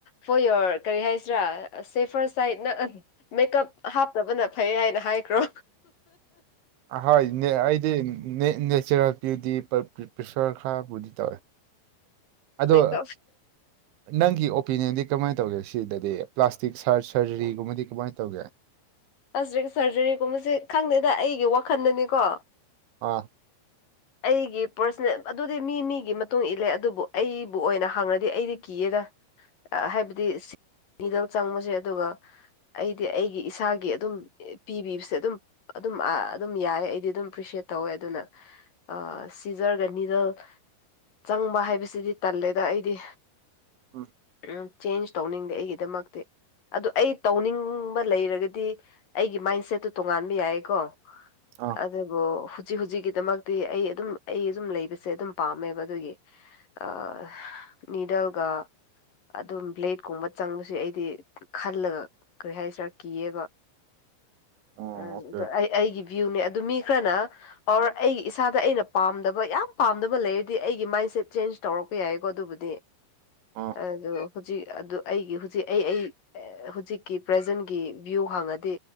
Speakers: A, on the left (about 50°); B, on the right (about 80°).
A: ꯐꯣꯔ ꯌꯣꯔ ꯀꯔꯤ ꯍꯥꯏꯁꯤꯔꯥ ꯁꯦꯐꯔ ꯁꯥꯏꯠ ꯃꯦꯀꯞ ꯍꯥꯞꯅꯕꯅ ꯐꯩ ꯍꯥꯏꯅ ꯍꯥꯏꯈ꯭ꯔꯣ
B: ꯑꯍꯣꯏ ꯑꯩꯗꯤ ꯅꯦꯆꯔꯦꯜ ꯕ꯭ꯌꯨꯇꯤ ꯄꯦꯁꯣꯔ ꯈꯔꯕꯨꯗꯤ ꯇꯧꯋꯦ ꯑꯗꯣ
A: ꯃꯦꯀꯞ
B: ꯅꯪꯒꯤ ꯑꯣꯄꯤꯅꯤꯌꯟꯗꯤ ꯀꯃꯥꯏꯅ ꯇꯧꯒꯦ ꯁꯤꯗꯗꯤ ꯄ꯭ꯂꯥꯁꯇꯤꯛ ꯁꯔꯖꯔꯤꯒꯨꯝꯕꯗꯤ ꯀꯃꯥꯏꯅ ꯇꯧꯒꯦ
A: ꯑꯁ ꯁꯔꯖꯔꯤꯒꯨꯝꯕꯁꯦ ꯈꯪꯗꯦꯗ ꯑꯩꯒꯤ ꯋꯥꯈꯟꯗꯅꯤꯀꯣ
B: ꯑꯥ
A: ꯑꯩꯒꯤ ꯄꯔꯁꯅꯦꯜ ꯑꯗꯨꯗꯤ ꯃꯤ ꯃꯤꯒꯤ ꯃꯇꯨꯡ ꯏꯜꯂꯦ ꯑꯗꯨꯕꯨ ꯑꯩꯕꯨ ꯑꯣꯏꯅ ꯍꯪꯉꯗꯤ ꯑꯩꯗꯤ ꯀꯤꯌꯦꯗ ꯑꯥ ꯍꯥꯏꯕꯗꯤ ꯁꯤꯠ ꯅꯤꯗꯜ ꯆꯪꯕꯁꯦ ꯑꯗꯨꯒ ꯑꯩꯗꯤ ꯑꯩꯒꯤ ꯏꯁꯥꯒꯤ ꯑꯗꯨꯝ ꯑꯦ ꯄꯤꯕꯤꯕꯁꯦ ꯑꯗꯨꯝ ꯑꯗꯨꯝ ꯑꯥ ꯑꯗꯨꯝ ꯌꯥꯏ ꯑꯩꯗꯤ ꯑꯗꯨꯝ ꯑꯦꯄ꯭ꯔꯤꯁꯦꯠ ꯇꯧꯋꯦ ꯑꯗꯨꯅ ꯑꯥ ꯁꯤꯖꯔꯒ ꯅꯤꯗꯜ ꯆꯪꯕ ꯍꯥꯏꯕꯁꯤꯗꯤ ꯇꯜꯂꯦꯗ ꯑꯩꯗꯤ
B: ꯎꯝ
A: ꯎꯝ ꯆꯦꯟꯖ ꯇꯧꯅꯤꯡꯗꯦ ꯑꯩꯒꯤꯗꯃꯛꯇꯤ ꯑꯗꯨ ꯑꯩ ꯇꯧꯅꯤꯡꯕ ꯂꯩꯔꯒꯗꯤ ꯑꯩꯒꯤ ꯃꯥꯏꯟ ꯁꯦꯠꯇꯨ ꯇꯣꯉꯥꯟꯕ ꯌꯥꯏꯀꯣ
B: ꯑꯥ
A: ꯑꯗꯨꯕꯨ ꯍꯨꯖꯤꯛ ꯍꯨꯖꯤꯛꯀꯤ ꯗꯃꯛ ꯗꯤ ꯑꯩ ꯑꯗꯨꯝ ꯑꯩ ꯑꯗꯨꯝ ꯂꯩꯕꯁꯦ ꯑꯗꯨꯝ ꯄꯥꯝꯃꯦꯕ ꯑꯗꯨꯒꯤ ꯑꯥ ꯍꯥ ꯅꯤꯗꯜꯒ ꯑꯗꯨꯝ ꯕ꯭ꯂꯦꯗꯀꯨꯝꯕ ꯆꯪꯕꯁꯦ ꯑꯩꯗꯤ ꯈꯜꯂꯒ ꯀꯔꯤ ꯍꯥꯏꯁꯤꯔꯥ ꯀꯤꯌꯦꯕ
B: ꯑꯣ
A: ꯑ
B: ꯑꯣꯀꯦ
A: ꯗꯨ ꯑꯩ ꯑꯩꯒꯤ ꯚ꯭ꯌꯨꯅꯦ ꯑꯗꯨ ꯃꯤ ꯈꯔꯅ ꯑꯣꯔ ꯑꯩꯒꯤ ꯏꯁ ꯏꯁꯥꯗ ꯑꯩꯅ ꯄꯥꯝꯗꯕ ꯌꯥꯝ ꯄꯥꯝꯗꯕ ꯂꯩꯔꯗꯤ ꯑꯩꯒꯤ ꯃꯥꯏꯟꯁꯦꯠ ꯆꯦꯟꯖ ꯇꯧꯔꯛꯄ ꯌꯥꯏꯀꯣ ꯑꯗꯨꯕꯨꯗꯤ
B: ꯑꯥ
A: ꯑꯗꯨ ꯍꯨꯖꯤꯛ ꯑꯗꯨ ꯑꯩꯒꯤ ꯍꯨꯖꯤꯛ ꯑꯩ ꯑꯩ ꯑꯦ ꯍꯨꯖꯤꯛꯀꯤ ꯄ꯭ꯔꯖꯦꯟꯒꯤ ꯚ꯭ꯌꯨ ꯍꯪꯉꯗꯤ